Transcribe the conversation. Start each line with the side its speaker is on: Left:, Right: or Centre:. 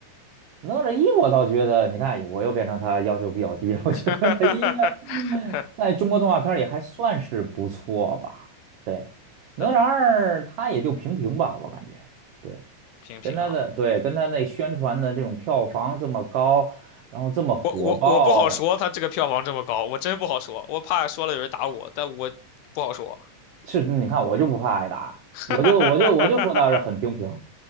Right: 《哪吒一》我倒觉得，你看我又变成他要求比较低了。<laughs> 我觉得《他应该
Left: <laughs>
Right: 在中国动画片里还算是不错吧？对，《哪吒二》它也就平平吧，
Left: 是吗？
Right: 我感觉。对，
Left: 平平哈、
Right: 跟他的对跟他那宣传的这种票房这么高，然后这么火爆。
Left: 我我我不好说，他这个票房这么高，我真不好说，我怕说了有人打我，但我不好说。
Right: 是，你看我就不怕挨打，
Left: <laughs>
Right: 我就我就我就说他是很平平。